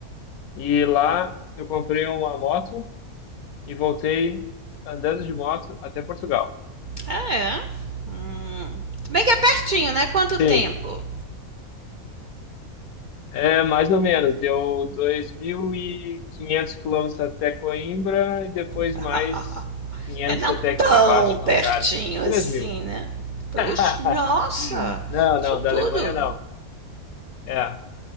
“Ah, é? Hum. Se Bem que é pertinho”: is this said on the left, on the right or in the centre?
Right